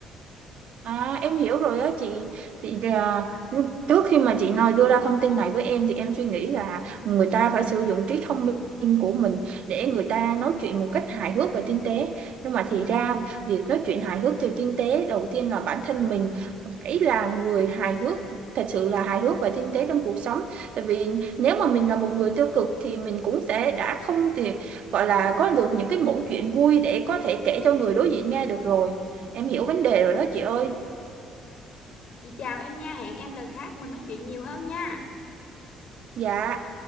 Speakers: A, on the right; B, on the left.
A: À, em hiểu rồi á chị thì à, trước khi mà chị nói đưa ra thông tin này với em thì em suy nghĩ là người ta phải sử dụng trí thông minh của mình để người ta nói chuyện một cách hài hước và tinh tế nhưng mà thì ra việc nói chuyện hài hước và tinh tế đầu tiên là bản thân mình phải là người hài hước thật sự là hài hước và tinh tế trong cuộc sống tại vì nếu mà mình là một người tiêu cực thì mình cũng sẽ đã không thì gọi là có được những cái mẩu chuyện vui để có thể kể cho người đối diện nghe được rồi em hiểu vấn đề rồi đó chị ơi
B: Vậy chào em nha, hẹn em lần khác mình nói chuyện nhiều hơn nha.
A: dạ